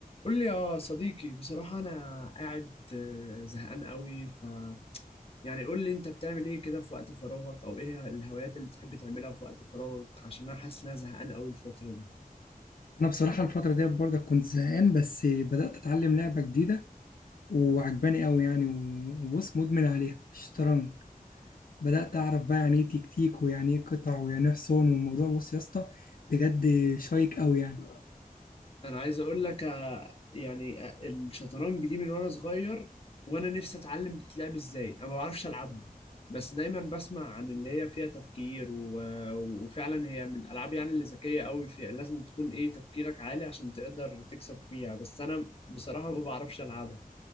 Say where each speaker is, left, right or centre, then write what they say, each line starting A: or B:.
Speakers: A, on the left; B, on the left.
A: قول لي يا صديقي بصراحة أنا قاعد آه، زهقان قوي ف يعني قول لي أنت بتعمل إيه كده في وقت فراغك أو إيه الهوايات اللي بتحب تعملها في وقت فراغك عشان أنا حاسس إن أنا زهقان قوي الفترة دي
B: انا بصراحه الفتره ديت برضه كنت زهقان بس بدات اتعلم لعبه جديده وعجباني قوي يعني و- وبص مدمن عليها الشطرنج بدات اعرف بقى يعني ايه تكتيك ويعني ايه قطع ويعني ايه حصان والموضوع بص يا اسطى بجد شيق قوي يعني
A: أنا عايز أقول لك آه، يعني آه، الشطرنج دي من وأنا صغير وأنا نفسي أتعلم بتلعب إزاي أنا ما بعرفش ألعبها بس دايما بسمع عن اللي هي فيها تفكير و... وفعلا هي من الألعاب يعني اللي ذكية قوي فيها لازم تكون إيه تفكيرك عالي عشان تقدر تكسب فيها بس أنا بصراحة ما بعرفش ألعبها